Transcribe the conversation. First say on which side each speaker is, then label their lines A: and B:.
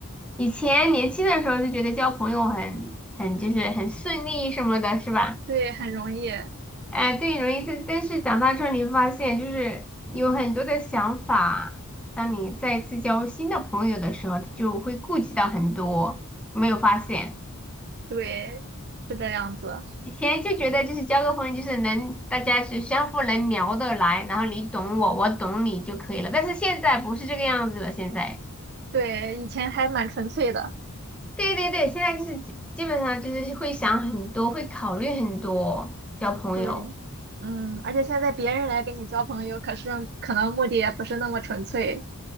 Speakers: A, in the centre; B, on the right.
A: 以前年轻的时候就觉得交朋友很很就是很顺利什么的，是吧？
B: 对，很容易，
A: 哎、对，容易这，但是长大之后你会发现，就是有很多的想法，当你再次交新的朋友的时候，就会顾及到很多，有没有发现？
B: 对，是这样子。
A: 以前就觉得就是交个朋友，就是能大家是相互能聊得来，然后你懂我，我懂你就可以了。但是现在不是这个样子了，现在，
B: 对，以前还蛮纯粹的，
A: 对对对，现在就是基基本上就是会想很多，会考虑很多交朋友。
B: 对，嗯，而且现在别人来跟你交朋友，可是可能目的也不是那么纯粹，